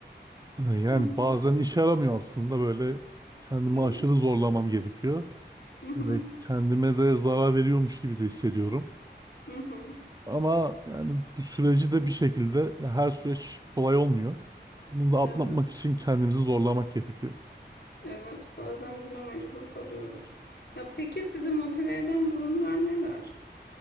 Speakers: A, on the right; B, on the left.
A: Ee, Yani
B: Hı hı.
A: bazen işe yaramıyor aslında böyle kendimi
B: Evet.
A: aşırı zorlamam gerekiyor.
B: Hı hı.
A: Böyle kendime de zarar veriyormuş gibi de hissediyorum.
B: Hı hı.
A: Ama yani bu süreci de bir şekilde ya her süreç kolay olmuyor. Bunu da atlatmak
B: Evet.
A: için kendimizi zorlamak gerekiyor.
B: Evet. Bazen buna mecbur kalıyoruz. Ya peki sizi motive eden durumlar neler?